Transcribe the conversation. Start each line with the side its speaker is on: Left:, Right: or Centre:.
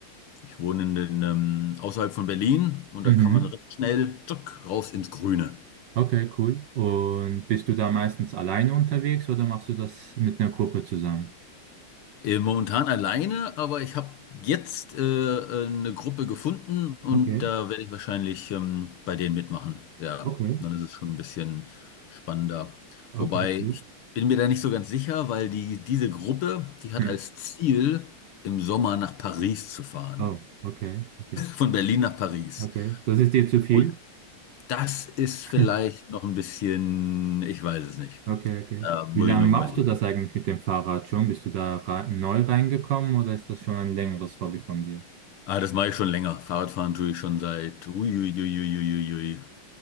Left: Ich wohne in den, ähm, außerhalb von Berlin und
Right: mhm,
Left: da kann man recht schnell tschuck, raus ins Grüne.
Right: okay, cool. Und bist du da meistens alleine unterwegs oder machst du das mit einer Gruppe zusammen?
Left: Äh, momentan alleine, aber ich habe jetzt äh, äh, eine Gruppe gefunden und
Right: Okay,
Left: da werde ich wahrscheinlich ähm, bei denen mitmachen. Ja,
Right: okay,
Left: dann ist es schon ein bisschen spannender.
Right: okay,
Left: Wobei
Right: gut.
Left: ich bin mir da nicht so ganz sicher, weil die, diese Gruppe, die hat
Right: Hm.
Left: als Ziel, im Sommer nach Paris zu fahren.
Right: Oh, okay, okay.
Left: Von Berlin nach Paris.
Right: Okay, das ist dir zu viel?
Left: Und das ist
Right: <laughs>
Left: vielleicht noch ein bisschen, ich weiß es nicht.
Right: Okay, okay.
Left: Da muss
Right: Wie lange
Left: ich noch
Right: machst
Left: überlegen.
Right: du das eigentlich mit dem Fahrrad schon? Bist du da rei- neu reingekommen oder ist das schon ein längeres Hobby von dir?
Left: Ah, das mache ich schon länger. Fahrradfahren tue ich schon seit, uiuiuiuiui,